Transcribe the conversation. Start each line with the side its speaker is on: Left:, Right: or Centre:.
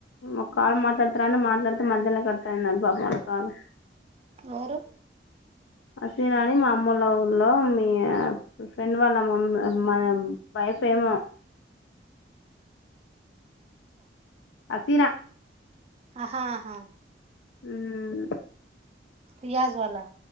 Left: ఒక కాలు మాట్లాడతారండి మాట్లాడితే మధ్యలోనే కట్టయ్యింది పాప వాళ్ళ కాలు
Right: ఎవరు
Left: అశ్విని అని మా అమ్మల ఊళ్లో మీ ఫ్రెండ్ వాళ్ళ అమ్మమ్మ వయసేమో అసీరా
Right: ఆహాహా.
Left: ఉమ్
Right: రియాజ్ వాలా